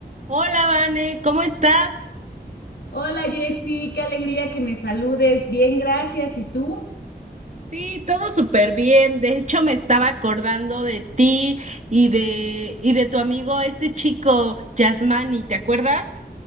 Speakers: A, on the right; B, on the left.
A: Hola, Vane, ¿cómo estás?
B: Hola Jessy, qué alegría que me saludes. Bien, gracias. ¿Y tú?
A: Sí, todo súper bien. De hecho, me estaba acordando de ti y de y de tu amigo, este chico, Yasmani, ¿te acuerdas?